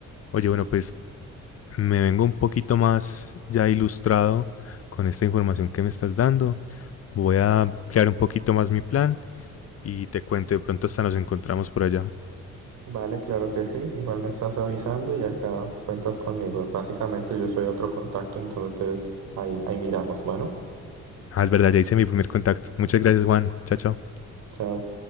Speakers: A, on the left; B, on the right.
A: Oye, bueno, pues me vengo un poquito más ya ilustrado con esta información que me estás dando. Voy a ampliar un poquito más mi plan y te cuento, de pronto hasta nos encontramos por allá.
B: Vale, claro que sí. Igual me estás avisando y acá cuentas conmigo. Básicamente yo soy otro contacto, entonces ahí, ahí miramos. Bueno,
A: Ah, es verdad, ya hice mi primer contacto. Muchas gracias, Juan. Chao, chao.
B: chao.